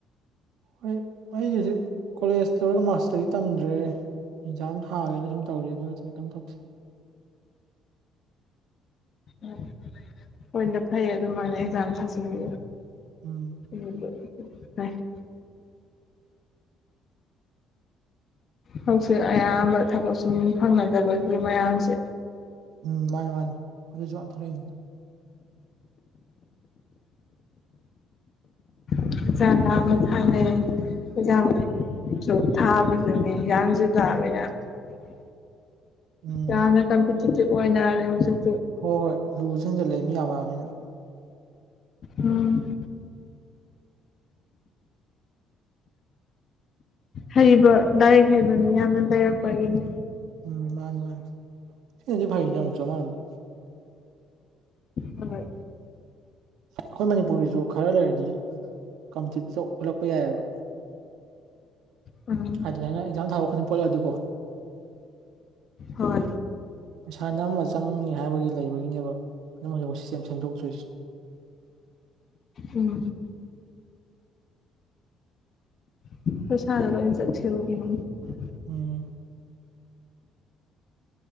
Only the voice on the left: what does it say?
ꯎꯝ ꯍꯣꯏꯅ ꯐꯩꯌꯦ ꯑꯗꯨꯃꯥꯏꯅ ꯑꯦꯛꯖꯥꯝ ꯊꯖꯤꯟꯕꯤ꯫
<inaudible> ꯍꯧꯖꯤꯛ ꯑꯌꯥꯝꯕ ꯊꯕꯛ ꯁꯨꯝ ꯐꯪꯅꯗꯕꯒꯤ ꯃꯌꯥꯝꯁꯦ
<unintelligible> <unintelligible>
ꯌꯥꯝꯅ ꯀꯝꯄꯤꯇꯤꯇꯚ ꯑꯣꯏꯅꯔꯦ ꯍꯧꯖꯤꯛ꯫
ꯎꯝ꯫ ꯍꯩꯕ ꯂꯥꯏꯔꯤꯛ ꯍꯩꯕ ꯃꯤ ꯌꯥꯝꯅ ꯂꯩꯔꯛꯄꯒꯤꯅꯤ꯫
ꯍꯣꯏ꯫
ꯎꯝ
ꯍꯣꯏ꯫
ꯎꯝ꯫ <inaudible>